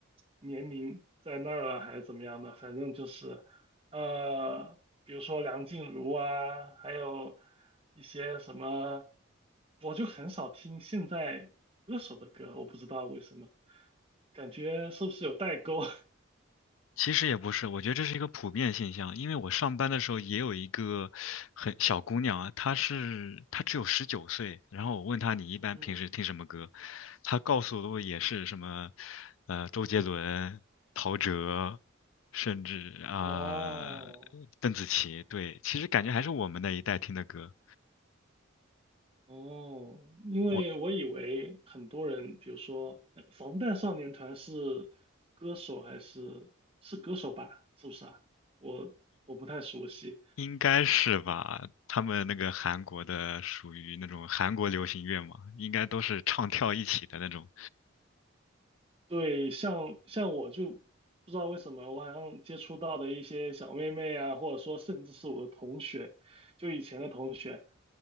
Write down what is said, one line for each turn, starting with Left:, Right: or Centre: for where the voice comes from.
Right: 年龄在那儿了还是怎么样的，反正就是呃，比如说梁静茹啊，还有一些什么，我就很少听现在歌手的歌，我不知道为什么，感觉是不是有代沟？<laughs>
Left: 其实也不是，我觉得这是一个普遍现象。因为我上班的时候也有一个很小姑娘啊，她是她只有十九岁，然后我问她你一般平时听什么歌，
Right: 嗯，
Left: 她告诉我也是什么，呃，周杰伦、陶喆，甚至啊、
Right: 哦，
Left: 邓紫棋。对，其实感觉还是我们那一代听的歌，
Right: 哦，因为我以为很多人，
Left: 我
Right: 比如说呃防弹少年团是歌手还是是歌手吧？是不是啊？我我不太熟悉。
Left: 应该是吧？他们那个韩国的属于那种韩国流行乐嘛，应该都是唱跳一起的那种。
Right: 对，像像我就不知道为什么，我好像接触到的一些小妹妹啊，或者说甚至是我的同学，就以前的同学，